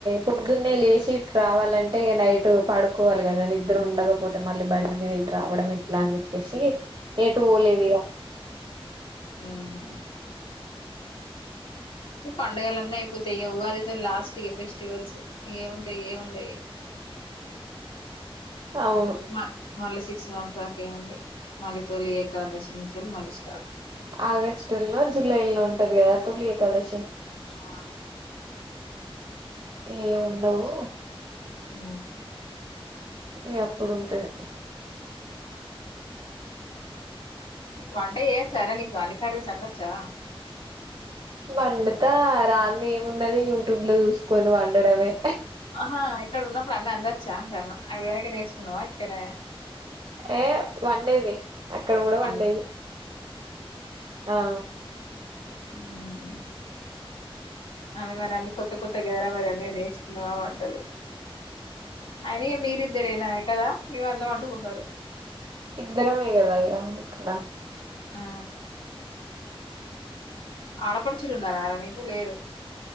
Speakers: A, on the right (about 45°); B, on the left (about 65°).
A: పొద్దున్నే లేసి రావాలంటే ఇగ నైటు పడుకోవాలి కదా నిద్ర ఉండకపోతే మళ్ళీ బండి మీద ఇటు రావడం ఎట్లా అని చెప్పేసి ఏటు పోలేదు ఇగ
B: హుహు. పండుగలన్నీ అయిపోతాయి ఉగాదితో లాస్ట్ ఇగ ఫెస్టివల్స్ ఏముంటాయి ఏముండయ్
A: అవును
B: మా మలిసి సిక్స్ మంత్స్ దాకా ఏమీ ఉండదు మళ్ళీ తొలి ఏకాదశి నుంచెలి మళ్ళీ స్టార్ట్
A: ఆగస్టు లో జులై లో ఉంటది కదా తొలి ఏకాదశి
B: ఆ
A: ఏమీ ఉండవు
B: ఆ
A: ఇగ అప్పుడు ఉంటది
B: వంటే ఏచ్చారా నీకు వెనకార సండొచ్చా
A: వడుత రాని ఏమున్నది యూట్యూబ్ లో చూసుకొని వండడమే
B: ఆహా ఇక్కడ ఉన్నప్పుడు అన్న అందొచ్చా అంటా అన్న అవి వెనక నేర్చుకున్నావా ఇక్కనే
A: ఏ వండేది అక్కడ కూడా
B: వం
A: వండేది ఆ
B: అ అవి మరి అన్ని కొత్త కొత్త గదరాా మరి అన్నిీ నేర్చుకున్నావా వంటలు అయిన మీరిద్దరేనా కదా మేమ అందం అంటుకుంటారు
A: ఇద్దరం ఏగదా ఇక్కడ
B: ఆ ఆలపడుచులున్నారు ఆడ నకు లేరు